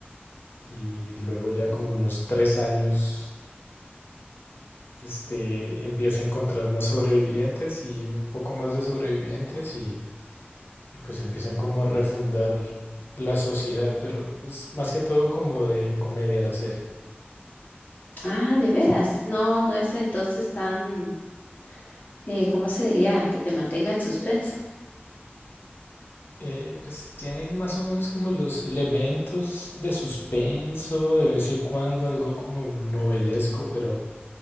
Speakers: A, on the left; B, on the left.
A: Y luego ya como unos tres años este, empieza a encontrar más sobrevivientes y un poco más de sobrevivientes y, y pues empiezan como a refundar la sociedad, pero es más que todo como de comedia la serie.
B: Ah, de veras. No, no es entonces tan, eh, ¿cómo se diría? Que te mantenga en suspenso.
A: Eh, pues tiene más o menos como los elementos de suspenso, de vez en cuando algo como novelesco, pero,